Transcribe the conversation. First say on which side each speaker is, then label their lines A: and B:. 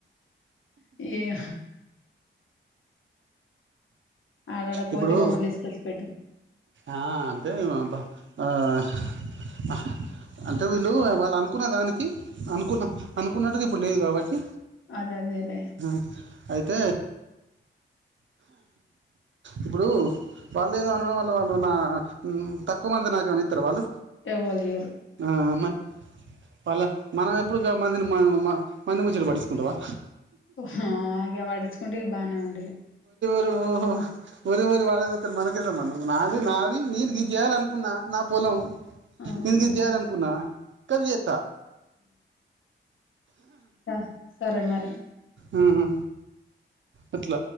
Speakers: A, on the left; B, on the right.
A: ఏ ఆడాడ కోతి
B: ఇప్పుడు
A: బొమ్మలు తీసుకొచ్చి పెట్టు
B: ఆ అంటే ఆ అంటే వీళ్ళు వాళ్ళు అనుకున్న దానికి అనుకున్న అనుకున్నట్టుగా ఇప్పుడు లేదు కాబట్టి
A: అదే అదేలే
B: హ అయితే ఇప్పుడు వాళ్ళు ఏదో అనడం వల్ల వాళ్ళు నా తక్కువ మంది నాకు మిత్ర వాళ్ళు
A: ఎవలిరు
B: ఆ, మరి వాళ్ళ మనం ఎప్పుడుగా మందిని మనం మంది ముంచి పడించకుంటావా
A: హ్మ్ గ వట్టిచుకుంటే బాగానే ఉం
B: ఓహో వరి వరి వాళ్డేదిస్తడు మనకిెంత మనం నాది నాది నేను గిది చేయాల అనుకున్నా నా పొలం
A: అవును
B: నిన్ గిద్ చేయాలనుకున్నా కది చె
A: స సరే మరి
B: మ్హ్ అట్ల